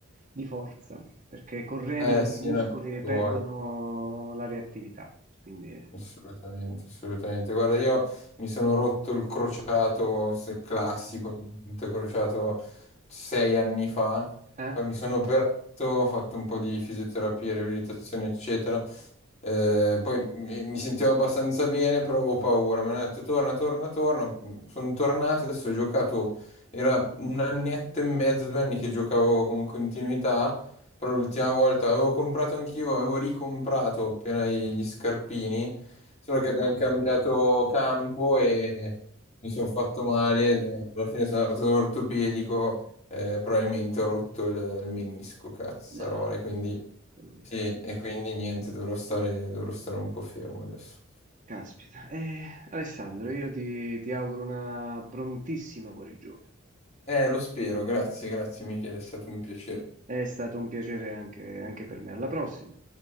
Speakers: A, on the right; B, on the left.
A: di forza perché correndo
B: Eh, sì,
A: i muscoli
B: no, ci vuole.
A: perdono la reattività. Quindi, eh?
B: Assolutamente, assolutamente. Guarda, io mi sono rotto il crociato se classico, il dito crociato sei anni fa.
A: Eh?
B: Poi mi sono operato, ho fatto un po' di fisioterapia, riabilitazione, eccetera. Eh, poi mi, mi sentivo abbastanza bene, però avevo paura. Mi hanno detto torna, torna, torna. Sono tornato, adesso ho giocato. Era un annetto e mezzo, due anni che giocavo con continuità. Però l'ultima volta avevo comprato anch'io, avevo ricomprato appena i- gli scarpini. Solo che abbiamo cambiato campo e mi sono fatto male. Alla fine sono andato all'ortopedico. eh, probabilmente ho rotto il, il menisco, cazzarole.
A: No,
B: Quindi.
A: no. no.
B: Sì, e quindi niente, dovrò stare, dovrò stare un po' fermo adesso.
A: Caspita. Eh, Alessandro, io ti, ti auguro una prontissima guarigione.
B: Eh, lo spero, grazie, grazie Michele, è stato un piacere.
A: È stato un piacere anche anche per me. Alla prossima.